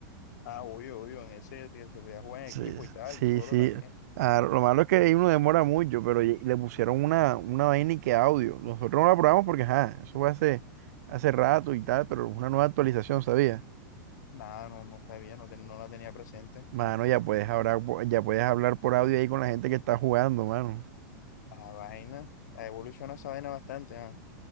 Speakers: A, on the left; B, on the right.
A: Ah, obvio, obvio, en ese que se voy a jugar en
B: Sí,
A: equipo y tal,
B: sí,
A: y solo
B: sí.
A: también.
B: Ah, lo malo es que ahí uno demora mucho, pero y- le pusieron una, una vaina y que audio. Nosotros no la probamos porque, ajá, eso fue hace, hace rato y tal, pero una nueva actualización, ¿sabía?
A: Nada, no, no sabía, no, ten- no la tenía presente.
B: Mano, ya puedes hablar, po- ya puedes hablar por audio ahí con la gente que está jugando, mano.
A: La vaina, la evoluciona esa vaina bastante, ah.